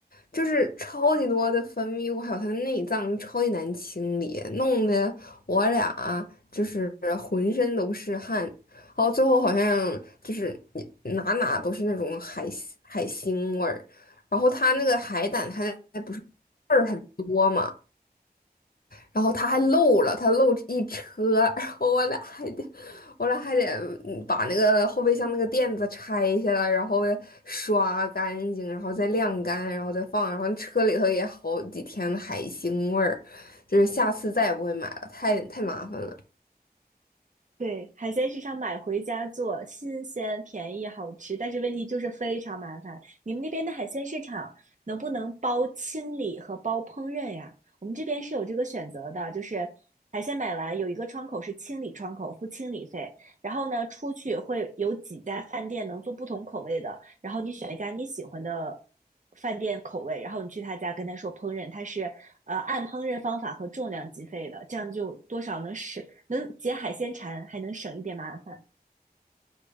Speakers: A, on the left; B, on the right.
A: 就是超级多的分泌物，还有它的内脏超级难清理，弄得我俩啊就是浑身都是汗，然后最后好像就是你哪哪都是那种海腥海腥味儿，然后他那个海胆，它那不是刺儿很多嘛，然后他还漏了，他漏一车，<laughs> 然后我俩还得，我俩还得嗯把那个后备箱那个垫子拆下来，然后刷干净，然后再晾干，然后再放，然后车里头也好几天海腥味儿。就是下次再也不会买了，太太麻烦了。
B: 对，海鲜市场买回家做，新鲜、便宜、好吃，但是问题就是非常麻烦。你们那边的海鲜市场能不能包清理和包烹饪呀？我们这边是有这个选择的，就是海鲜买完有一个窗口是清理窗口，付清理费，然后呢出去会有几家饭店能做不同口味的，然后你选一家你喜欢的饭店口味，然后你去他家跟他说烹饪，他是呃按烹饪方法和重量计费的，这样就多少能省能解海鲜馋，还能省一点麻烦。